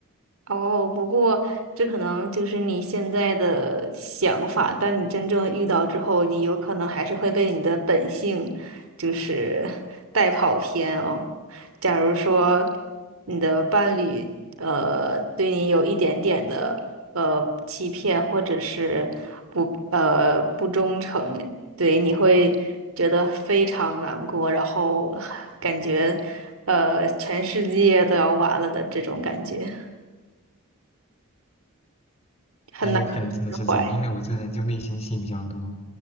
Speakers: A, on the right; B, on the left.
A: 哦，不过这可能就是你现在的想法，但你真正遇到之后，你有可能还是会被你的本性就是 <laughs> 带跑偏哦。假如说你的伴侣呃对你有一点点的呃欺骗或者是不呃不忠诚，对，你会觉得非常难过，然后 <laughs> 感觉呃全世界都要完了的这种感觉。很难去释怀。
B: 哎，有可能真的是这样，因为我这人就内心戏比较多，